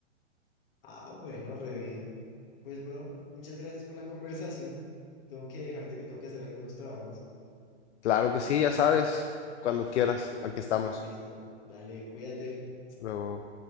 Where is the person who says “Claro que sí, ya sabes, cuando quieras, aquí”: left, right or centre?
Left